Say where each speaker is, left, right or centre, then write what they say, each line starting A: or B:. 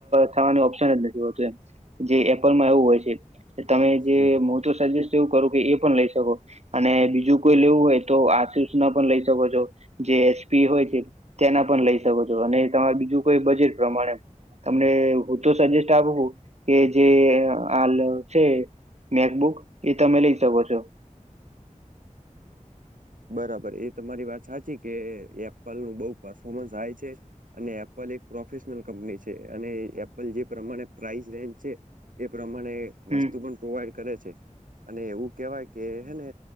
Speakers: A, on the right; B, on the right.
A: થવાનું ઓપ્શન જ નથી હોતું એમ જે એપલમાં એવું હોય છે, તમે જે
B: હમ
A: મોટર સર્વિસ એવું કરો કે એ પણ લઈ શકો અને બીજું કોઈ લેવું હોય તોઆ સૂચના પણ લઈ શકો છો જે એચપી હોય કે તેના પણ લઈ શકો છો, અને તમારે બીજું કોઈ બજેટ પ્રમાણે તમને હું તો સજેસ્ટ આપું કે જે હાલ છે મેકબુક એ તમે લઈ શકો છો
B: બરાબર એ તમારી વાત સાચી કે એપલ નું બહુ પરફોર્મન્સ હાય છે અને એપલ એક પ્રોફેશનલ કંપની છે, અને એપલ જે પ્રમાણે પ્રાઇસ રેન્જ છે એ પ્રમાણે
A: હમ
B: વસ્તુ પણ પ્રોવાઈડ કરે છે, અને એવું કેહેવાય કે હેને